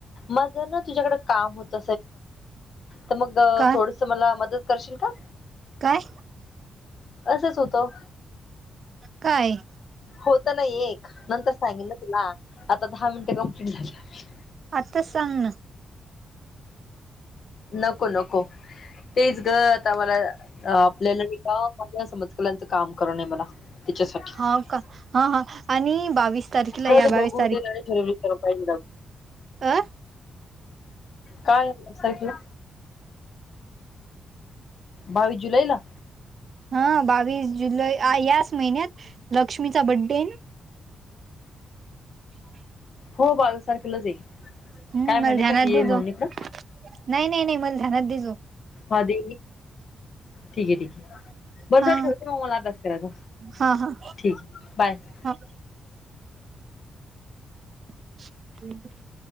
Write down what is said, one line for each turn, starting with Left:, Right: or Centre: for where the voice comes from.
Left: मग जर ना तुझ्याकडे काम होत. तर मग
Right: काय
Left: थोडस मला मदत करशील का.
Right: काय?
Left: असच होतो.
Right: काय?
Left: होत ना एक नंतर सांगन ना तुला आता दहा मिनटे कमप्लीट झाली.
Right: आत्ता सांग ना.
Left: नको नको तेच ग आता मला आपल्याला ह माझ्या समतकलांचं काम करून आहे मला त्याच्यासाठी
Right: हा का हा हा आणि बावीस तारखेला
Left: हर
Right: या
Left: ते
Right: बावीस
Left: बघू ते आणि खर पा
Right: अं.
Left: काय आहेख. बावीस जुलै ला.
Right: हा बावीस जुलै याच महिन्यात लक्ष्मीचा बड्डे <inaudible>
Left: हो बालसारखेलंच येई
Right: हम्म
Left: काय म्हणे
Right: मला ध्यानात
Left: का ती
Right: देजो
Left: ये म्हणूनकडं.
Right: नाही नाही नाही मला धनात देसो.
Left: हा दे ठीक आहे ठीक आहे बरं
Right: हा
Left: जर ठेवते मग मला अभस करायचा.
Right: हा हा
Left: ठीक आहे बाय.
Right: हा. <unintelligible>